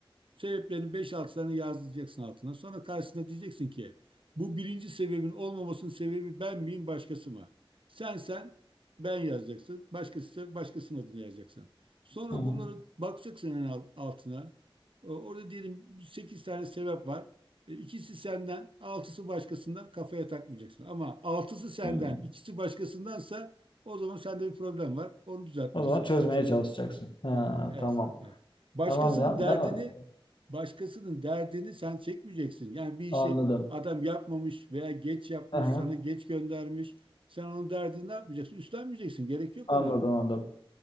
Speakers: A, on the right; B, on the left.
A: Sebeplerini beş 6 tane yazdıracaksın altına. Sonra karşısına diyeceksin ki bu birinci sebebin olmamasının sebebi ben miyim başkası mı? Sen sen ben yazacaksın. Başkası başkasının adını yazacaksın. Sonra
B: Hı hı.
A: bunları bakacaksın en altına. E, Orada diyelim 8 tane sebep var. E, İkisi senden, altısı başkasından kafaya takmayacaksın. Ama altısı senden,
B: Hı hı.
A: ikisi başkasındansa o zaman sende bir problem var. Onu düzeltmeye
B: O zaman
A: çalışacaksın.
B: çözmeye çalışacaksın. Ha,
A: Evet.
B: tamam.
A: evet. Başkasının
B: Tamam ya.
A: derdini
B: Ben o-
A: başkasının derdini sen çekmeyeceksin. Yani bir
B: anladım.
A: işi adam yapmamış veya geç yapmış,
B: Aha,
A: sana geç göndermiş. Sen onun derdini ne yapacaksın? Üstlenmeyeceksin. Gerek yok
B: anladım
A: ona.
B: anladım.